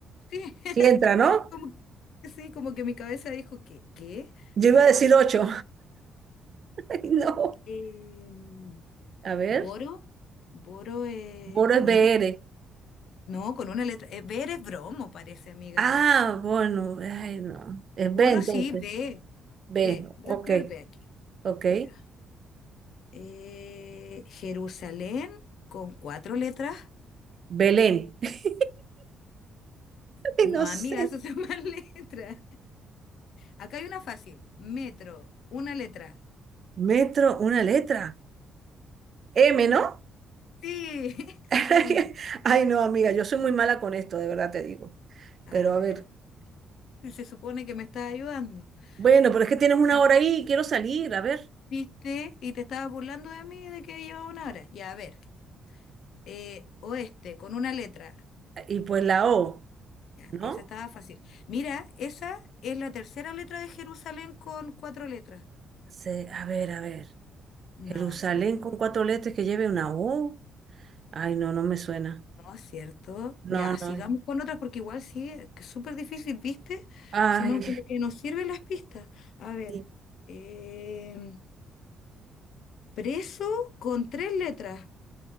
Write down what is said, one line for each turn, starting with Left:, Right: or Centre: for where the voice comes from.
Left: Sí, <laughs>
Right: Sí entra, ¿no?
Left: como, sí, como que mi cabeza dijo, que ¿Qué?
Right: Yo
Left: Pero
Right: iba a decir
Left: no, sí.
Right: ocho.
Left: <laughs> sí.
Right: <laughs> No.
Left: Em,
Right: A ver,
Left: ¿boro? Boro es
Right: Bora
Left: con
Right: es BR.
Left: una... No, con una letra... eh, ver es bromo, parece, amiga.
Right: Ah, bueno, ay, no. Es
Left: Boro
Right: B entonces.
Left: sí, B.
Right: B,
Left: B. Voy
Right: ok,
Left: a poner B aquí.
Right: ok.
Left: Ya. Eh, Jerusalén con cuatro letras.
Right: Belén. <laughs> Ay,
Left: No,
Right: no
Left: amiga,
Right: sé.
Left: eso son <laughs> más letras. Acá hay una fácil. Metro, una letra.
Right: Metro, una letra. M, ¿no?
Left: Sí, <laughs>
Right: <laughs>
Left: sí, amiga.
Right: Ay, no, amiga,
Left: Ya.
Right: yo soy muy mala con esto, de verdad te digo.
Left: A
Right: Pero a
Left: ver,
Right: ver.
Left: se supone que me estás ayudando.
Right: Bueno, pero es que tienes
Left: Está-
Right: una hora ahí y quiero salir, a ver.
Left: Viste y te estabas burlando de mí de que llevaba una hora. Ya, a ver. Eh, oeste, con una letra.
Right: Y pues la O,
Left: Ya,
Right: ¿no?
Left: esa estaba fácil. Mira, esa es la tercera letra de Jerusalén con cuatro letras.
Right: Se- a ver, a ver.
Left: No
Right: Jerusalén
Left: se me ocurre.
Right: con cuatro
Left: No
Right: letras que lleve una O. Ay, no, no me suena.
Left: es cierto.
Right: No,
Left: Ya, sigamos
Right: no.
Left: con otras porque igual sí, es que es súper difícil, ¿viste?
Right: Ay.
Left: Si no, como que nos sirven las pistas. A ver,
Right: <laughs>
Left: em, preso con tres letras.